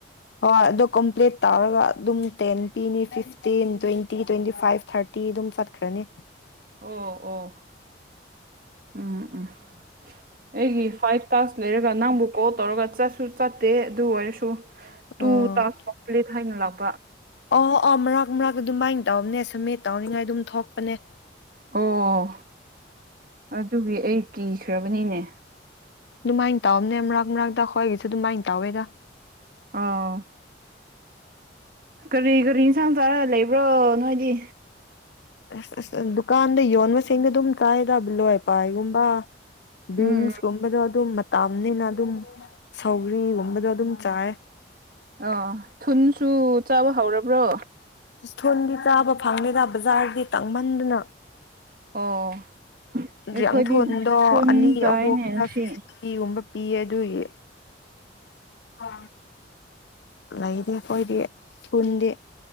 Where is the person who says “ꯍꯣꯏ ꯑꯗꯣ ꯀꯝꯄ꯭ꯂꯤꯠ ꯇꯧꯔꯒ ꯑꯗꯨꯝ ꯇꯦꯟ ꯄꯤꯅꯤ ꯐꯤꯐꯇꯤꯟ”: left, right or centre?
Left